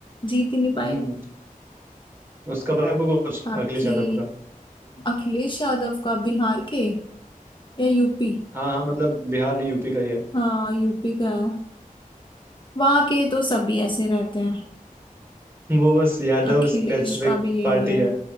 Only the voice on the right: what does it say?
हम्म उसका पता है आपको कुछ
अखिलेश यादव
हाँ हाँ मतलब बिहार नहीं यूपी का ही है
वो बस यादव
स्पेसिफिक
पार्टी
है